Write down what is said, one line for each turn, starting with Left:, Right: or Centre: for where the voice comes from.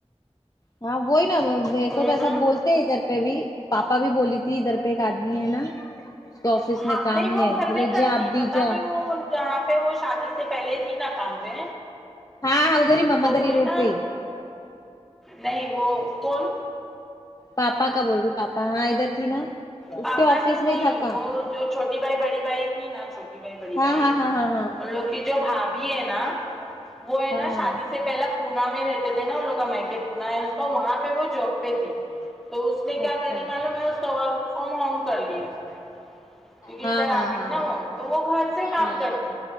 Left: ہاں وہی نا مے کو
Centre: ہے
Left: تو
Centre: نا
Left: ایسا بول نے ادھر پہ بھی پاپا بھی بولی تھی ادھر پہ ایک آدمی ہے نا اس کے آفس میں
Centre: ہاں
Left: کام
Centre: نہیں
Left: ہے
Centre: وہ گھر
Left: بولے
Centre: میں کرتی
Left: جا ابھی
Centre: پتا
Left: جا
Centre: نہیں وہ جہاں پہ وہ شادی سے پہلے تھی نا کام پہ
Left: ہاں ہاں ادھر ہی محمد
Centre: تو
Left: علی
Centre: وہ ہے
Left: روڈ
Centre: نا
Left: پہ ہی
Centre: نہیں وہ کون
Left: پاپا کا بول ریوں پاپا ہاں ادھر تھی نا اس
Centre: پاپا
Left: کے آفس
Centre: نہیں
Left: میں
Centre: نہیں
Left: ہی تھا کام
Centre: وہ جو چھوٹی بھائی بڑی بھائی تھی نا چھوٹی بھائی بڑی
Left: ہاں
Centre: بھائی
Left: ہاں
Centre: ان
Left: ہاں ہاں ہاں
Centre: لوگ کہ جو بھابھی ہے نا وہ ہے
Left: ہاں
Centre: نا
Left: ہاں
Centre: شادی اسے پہلا پونا میں رہتے تھے نا ان لوگ کا مائکے پونا ہے اس کا وہاں پہ وہ جاب پہ تھی تو اس نے کیا
Left: اچھا
Centre: کری معلوم ہے اس کا ورک فرم ہوم کر لی اس نے کیونکہ
Left: ہاں
Centre: ادھر
Left: ہاں
Centre: آ گئی
Left: ہاں
Centre: نا وہ تو وہ گھر سے کام
Left: ہاں
Centre: کرتی